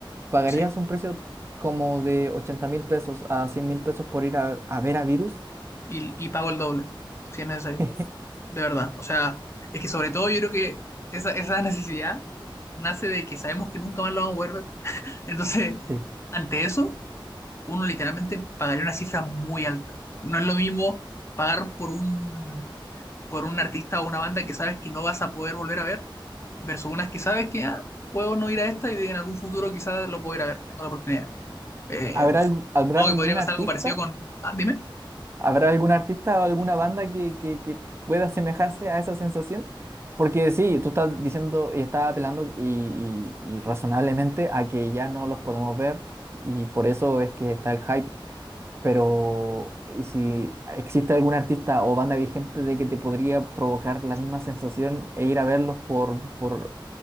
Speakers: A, on the right (about 30°); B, on the left (about 30°).
A: ¿Pagarías
B: Sí.
A: un precio como de ochenta mil pesos a cien mil pesos por ir a, a ver a Virus?
B: Y, y pago el doble, si es necesario.
A: <laughs>
B: De verdad. O sea, es que sobre todo yo creo que esa, esa <laughs> necesidad nace de que sabemos que nunca más lo vamos a poder ver. <laughs> Entonces,
A: Sí.
B: ante eso, uno literalmente pagaría una cifra muy alta. No es lo mismo pagar por un por un artista o una banda que sabes que no vas a poder volver a ver, versus unas que sabes que ah, puedo no ir a esta y de- en algún futuro quizás lo puedo ir a ver, tengo la oportunidad. Eh,
A: ¿Habrá, algu- habrán
B: supongo
A: algún
B: que podría pasar
A: artista?
B: algo parecido con... Ah, dime.
A: ¿Habrá algún artista o alguna banda que, que, que pueda asemejarse a esa sensación? Porque sí, tú estás diciendo y estás apelando y, y- y razonablemente a que ya no los podemos ver y por eso es que está el hype. Pero, ¿y si existe algún artista o banda vigente de que te podría provocar la misma sensación e ir a verlos por, por,